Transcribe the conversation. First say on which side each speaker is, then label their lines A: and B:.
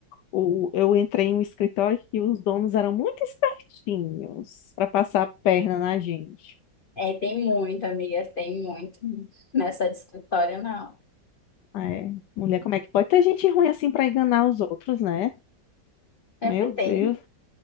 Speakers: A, on the left; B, on the left.
A: o- eu entrei em um escritório que os donos eram muito espertinhos para passar a perna na gente.
B: É, tem muito, amiga, tem muito. Nessa de escritório, não.
A: Ah, É, mulher, como é que pode ter gente ruim assim para enganar os outros, né? Meu
B: Sempre
A: Deus.
B: tem.